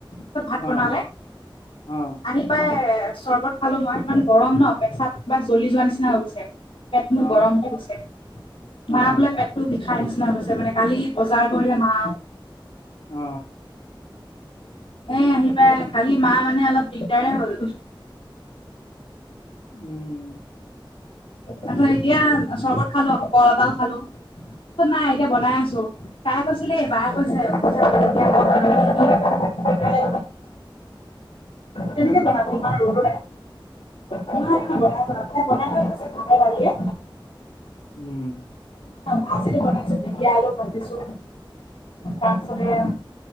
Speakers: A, on the left; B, on the left.
A: চব ভাত
B: অ
A: বনালে
B: অ অ
A: আহি পাই চৰ্বত খালো মই ইমান গৰম ন পেছাব কিবা জ্বলি যোৱা নিচিনা হৈ গছে পেট মোৰ
B: অ
A: গৰম হৈ গৈছে মা
B: অ
A: বোলে পেটটো বিষ খাই নিচিনা হৈ গৈছে মানে কালি বজাৰ কৰিলে মা
B: অ
A: এ আহি পাই কালি মা মানে অলপ দিগদাৰে হ'ল
B: উম
A: তাৰপাছত এতিয়া চৰ্বত খালো আকৌ কল এটাও খালো ত নাই এতিয়া বনাই আছো তাই কৈছিলে বাই কৈছে এতিয়াই বনাই ল পাছত কৰে কেনেকে বনাবি ইমান ৰ'দ তাই বনাই থৈ গৈছে ভাতে ডালিয়ে
B: উম
A: ভাজিতো বনাইছো ঢেকিয়া, আৰু ভাজিছো তাৰপিছতে